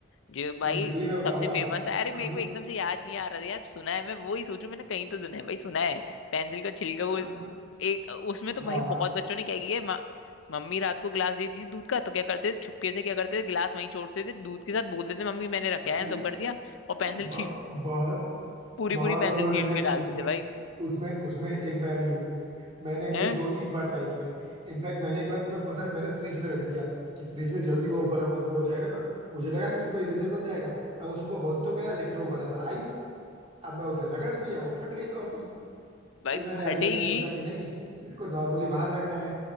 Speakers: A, on the left; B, on the right.
A: जो भाई
B: लिटरली मैं बताऊं
A: सबसे
B: ना
A: फेमस है अरे मेरे
B: हम-
A: को एकदम से याद नहीं आ रहा था यार सुना है मैं वो ही सोचू मैंने कहीं तो सुना है भाई सुना है पेंसिल का छिलका वो
B: हम-
A: एक उसमें तो भाई
B: हाँ
A: बहुत बच्चों ने क्या किया है म- मम्मी रात को गिलास देती थी दूध का तो क्या करते थे छुपके से क्या करते थे गिलास वहीं छोड़ते थे दूध के साथ बोल देते मम्मी मैंने रखा
B: भाई
A: है सब कर दिया और पेंसिल
B: ब-
A: छील
B: बहुत
A: पूरी
B: बहुत
A: पूरी पेंसिल
B: लोगों ने
A: छील
B: नहीं
A: के डालते
B: उसमें
A: थे भाई
B: उसमें उसमें एक मैं भी हूँ मैंने इसे
A: हैं
B: दो तीन बार ट्राई किया है इनफैक्ट मैंने एक बार ना पता है मैंने फ्रिज में रख दिया कि फ्रिज में जल्दी वो बर्फ वो हो जाएगा ना मुझे लगा कि सुबह इरेजर बन जाएगा अब वो सुबह बन तो गया लेकिन वो बना था आइस अब मैं उसे रगड़ दिया वो फट गई कॉपी
A: भाई
B: फिर मैंने
A: फटेगी
B: अगले दिन सोचा कि नहीं इसको नॉर्मली बाहर रखना है